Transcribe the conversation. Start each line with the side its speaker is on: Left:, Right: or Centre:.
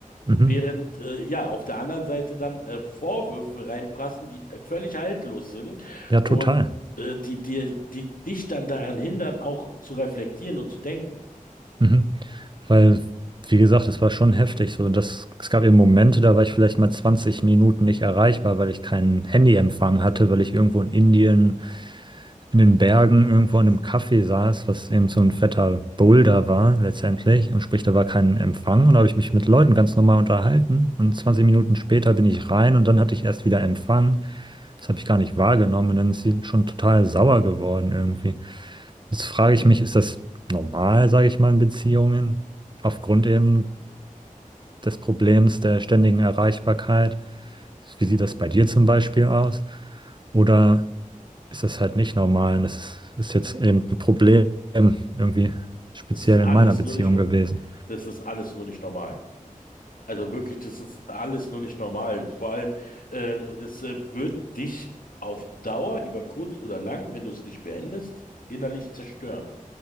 Right: Mhm.
Left: Während äh, ja auf der anderen Seite dann äh, Vorwürfe reinprassen, die äh, völlig haltlos sind
Right: Ja, total.
Left: und äh, die, die, die dich dann daran hindern, auch zu reflektieren und zu denken.
Right: Mhm. Weil, wie gesagt, das war schon heftig. So, das, es gab eben Momente, da war ich vielleicht mal 20 Minuten nicht erreichbar, weil ich keinen Handyempfang hatte, weil ich irgendwo in Indien in den Bergen irgendwo in einem Café saß, was eben so ein fetter Boulder war letztendlich und sprich, da war kein Empfang und da habe ich mich mit Leuten ganz normal unterhalten und 20 Minuten später bin ich rein und dann hatte ich erst wieder Empfang. Das habe ich gar nicht wahrgenommen und dann ist sie schon total sauer geworden irgendwie. Jetzt frage ich mich, ist das normal, sage ich mal, in Beziehungen aufgrund eben des Problems der ständigen Erreichbarkeit? Wie sieht das bei dir zum Beispiel aus? Oder ist das halt nicht normal. Und das ist jetzt eben ein Problem irgendwie speziell
Left: Das ist alles
Right: in meiner Beziehung
Left: nur nicht,
Right: gewesen.
Left: das ist alles nur nicht normal. Also wirklich, das ist alles nur nicht normal. Vor allem, ähm, das äh, wird dich auf Dauer, über kurz oder lang, wenn du es nicht beendest, innerlich zerstören.